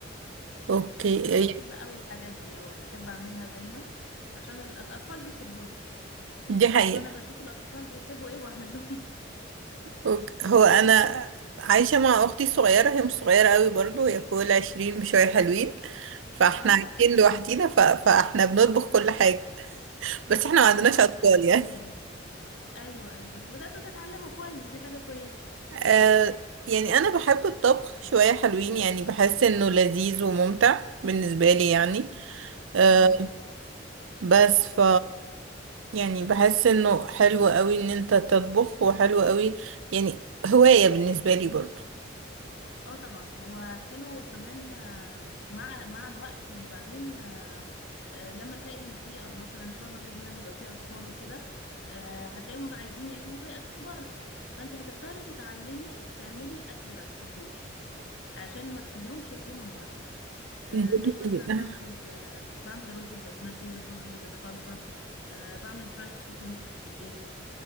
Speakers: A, on the right (about 80°); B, on the left (about 70°).
A: اوكي
B: انا بحب قوي الحاجات دي اه بحب اعملها دايما عشان ال... الاطفال بيحبوها
A: دي حقيقة
B: فانا بشوف الاطفال بيحبوا ايه واعمل لهم
A: أوكي. هو انا عايشة مع اختي الصغيرة هي مش صغيرة قوي برضو هي فوق العشرين بشوية حلوين
B: <laughs>
A: فاحنا
B: اه
A: عايشين لوحدينا ف... فاحنا بنطبخ كل حاجة بس احنا ما عندناش
B: اه
A: اطفال
B: بدأت
A: يعني
B: اتعلم ايوه ايوه بس بدأتوا تتعلموا كويس دي حاجة كويسة
A: آه يعني انا بحب الطبخ شوية حلوين يعني بحس انه لذيذ وممتع بالنسبة لي يعني آه،
B: اه
A: بس ف يعني بحس انه حلو قوي ان انت تطبخ وحلو قوي يعني هواية بالنسبة لي برضو
B: اه طبعا هو حلو وكمان آه، مع مع الوقت يعني بعدين آه، آه، لما تلاقي ان في آه، مثلا ان شاء الله باذن الله بيبقى في اطفال وكده آه، هتلاقيهم عايزين ياكلوا زي اكل بره فانت هتضطري تتعلمي تعملي الاكل ده في البيت عشان ما تخليهمش ياكلوه من بره آه،
A: <laughs>
B: زي مثلا بعمل ال- بعمل الرز البسمتي والرز اللي بالخلطه آه، بعمل فرايد تشيكن في البيت